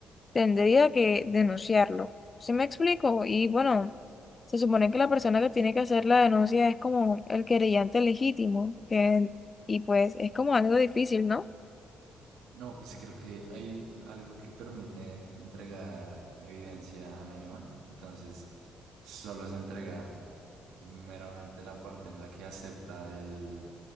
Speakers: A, on the left (about 35°); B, on the right (about 85°).
A: tendría que denunciarlo. ¿Sí me explico? Y bueno, se supone que la persona que tiene que hacer la denuncia es como el querellante legítimo, que, y pues es como algo difícil, ¿no?
B: No, pues creo que hay algo que permite entregar evidencia anónima. Entonces, solo se entrega meramente la parte en la que acepta el,